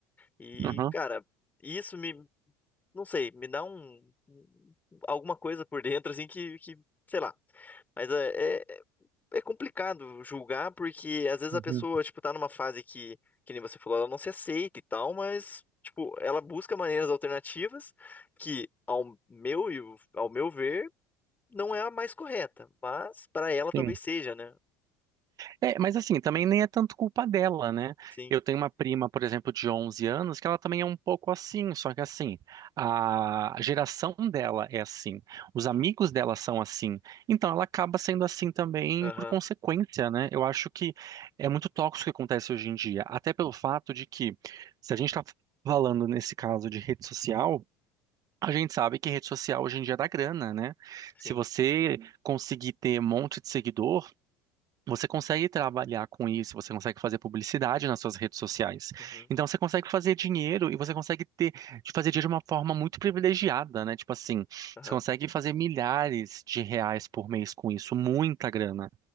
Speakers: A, on the left; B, on the right.
A: E,
B: Uhum,
A: cara, isso me, não sei, me dá um, um, alguma coisa por dentro, assim, que, que, sei lá. Mas é, é- é complicado julgar, porque às vezes
B: uhum,
A: a pessoa, tipo, tá numa fase que, que nem você falou, ela não se aceita e tal, mas, tipo, ela busca maneiras alternativas que, ao meu, e ao meu ver, não é a mais correta, mas para ela talvez
B: sim.
A: seja, né?
B: É, mas assim, também nem é tanto culpa dela, né?
A: Sim,
B: Eu tenho uma prima, por exemplo, de 11 anos, que ela também é um pouco assim, só que assim, a geração dela é assim, os amigos dela são assim, então ela acaba sendo assim também
A: aham,
B: por consequência, né? Eu acho que é muito tóxico o que acontece hoje em dia, até pelo fato de que, se a gente está falando nesse caso de rede social, A gente sabe que rede social hoje em dia dá grana, né? Se
A: sim,
B: você conseguir ter um monte de seguidor, você consegue trabalhar com isso, você consegue fazer publicidade nas suas redes sociais.
A: uhum,
B: Então você consegue fazer dinheiro e você consegue ter, de fazer dinheiro de uma forma muito privilegiada, né? Tipo assim,
A: aham,
B: você consegue fazer milhares de reais por mês com isso, muita grana.